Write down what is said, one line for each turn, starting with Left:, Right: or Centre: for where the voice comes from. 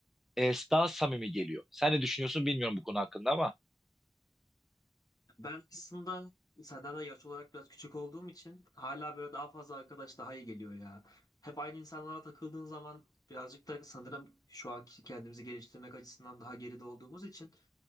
Centre: e, daha samimi geliyor. Sen ne düşünüyorsun bilmiyorum bu konu hakkında ama
Left: Ben aslında senden de yaş olarak biraz küçük olduğum için hala böyle daha fazla arkadaş daha iyi geliyor ya. Hep aynı insanlara takıldığın zaman birazcık da sanırım şu anki kendimizi geliştirmek açısından daha geride olduğumuz için